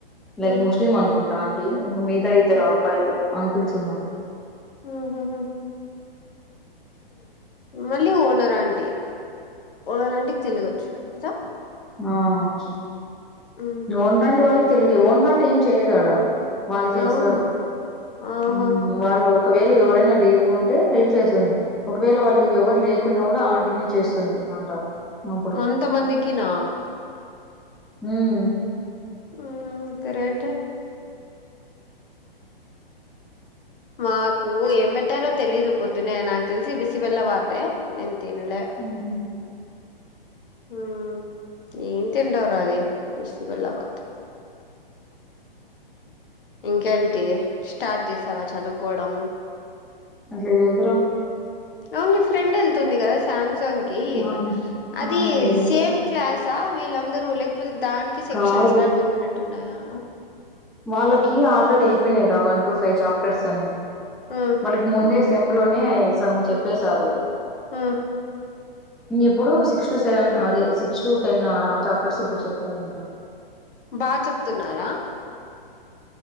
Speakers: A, in the centre; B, on the left (about 60°).
A: లైక్
B: ఉమ్
A: మోస్ట్ అనుకుంటా ఆంటీ ఇంగ మిగతా ఇద్దరు
B: ఉమ్
A: అబ్బాయిలు అంకుల్స్ ఉన్నారు
B: హు హామ్ మళ్ళీ ఓనర్ అంటీ ఓనర్ అంటీ కి తెలుగొచ్చు కదా
A: ఆ వచ్చు
B: ఉమ్
A: ఓనర్ ఆంటీ వాళ్ళు తెలుగు ఓనర్ ఆంటీ ఏం చేయదు ఆడా వాళ్ళు చేస్తారు
B: అవునా ఆహా
A: ఉం వాళ్ళు ఒకవేళ ఎవరైనా లీవ్కుంటే హెల్ప్ చేస్తుంది ఒకవేళ వాళ్ళు ఎవరు లేకున్నా కూడా ఆంటినే చేస్తుంది వంట అప్పుడు
B: అంత మందికి నా
A: ఉం
B: ఉం గ్రేట్ ఏ మాకు ఏం పెట్టారో తెలిదు పొద్దునే నాకు తెలిసి బిసి బిళ్ళ బాతే నేను తినలే
A: ఉం
B: ఉం ఏం తింటావురా అది బిసి బిల్లాబాద్ ఇంకేంటి స్టార్ట్ చేసావా చదువుకోవడం
A: అది లేదురా
B: అవును నీ ఫ్రెండ్ వెళ్తుంది కదా సామ్సంగ్ కి
A: ఆ
B: అది
A: ఆ వెళ్తుంది
B: సేమ్ క్లాస్ వీళ్ళందరూ లేకపోతే దానికి సెక్షన్స్
A: కాదు
B: లా డిఫరెంట్ ఉన్నాయా
A: వాళ్ళకి ఆల్రెడీ అయిపోయినాయిరా వన్ టు ఫైవ్ చాప్టర్స్ అని
B: హ్మ్
A: వాళ్ళకి ముందే సెమ్ లోనే సగం చెప్పేశారు
B: హ్మ్
A: ఇంగ ఇప్పుడు సిక్స్ టు సెవెన్ అదే సిక్స్ టు టెన్ ఆ చాప్టర్స్ ఇప్పుడు చెప్తారంట
B: బాగా చెప్తున్నారా